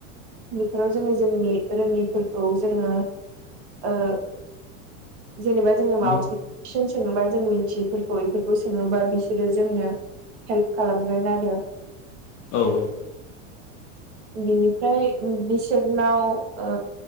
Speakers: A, on the right (about 60°); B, on the left (about 30°).
A: बेफोराव जोङो जोंनि रोङिफोरखौ जोङो ओ जेनेबा जोङो माबाफोरखौ
B: मिथि
A: कुइसन सोङोबा जों मिन्थियिफोरखौ इफोरखौ सोङोबा बिसोरो जोंनो हेल्प खालामगोन आरो।
B: औ ओ।
A: बिनिफ्राय बिसोरनाव ओ